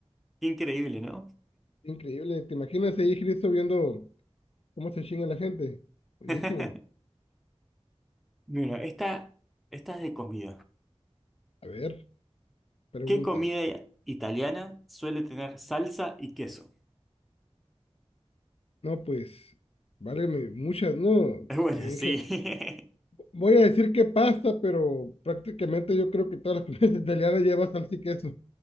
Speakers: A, in the centre; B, on the left.
A: Qué increíble, ¿no?
B: increíble. ¿Te imaginas ahí Cristo viendo cómo se chinga la gente? Buenísimo.
A: <laughs> Mira, esta, esta es de comida.
B: A ver, pregúntame.
A: ¿Qué comida italiana suele tener salsa y queso?
B: No, pues, válgame, muchas, no.
A: <laughs> Es bueno,
B: En
A: sí.
B: ge-
A: <laughs>
B: Voy a decir que pasta, pero prácticamente yo creo que todas las <laughs> comidas italianas llevan salsa y queso.